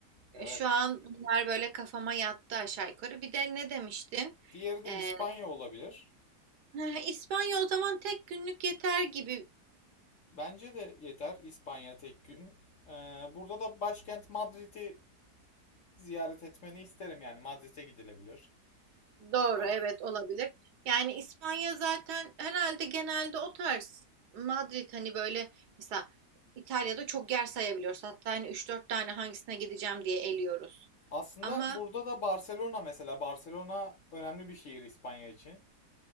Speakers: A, on the right (about 80°); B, on the left (about 50°).
A: E,
B: evet.
A: Şu an bunlar böyle kafama yattı aşağı yukarı. Bir de ne demiştin?
B: Diğeri de
A: E,
B: İspanya olabilir.
A: <laughs> İspanya o zaman tek günlük yeter gibi.
B: Bence de yeter İspanya tek gün. Ee, burada da başkent Madrid'i ziyaret etmeni isterim yani Madrid'e gidilebilir.
A: Doğru,
B: Bak.
A: evet olabilir. Yani İspanya zaten herhalde genelde o tarz Madrid hani böyle mesela İtalya'da çok yer sayabiliyoruz. Hatta hani üç dört tane hangisine gideceğim diye eliyoruz.
B: Aslında
A: Ama
B: burada da Barcelona mesela Barcelona önemli bir şehir İspanya için.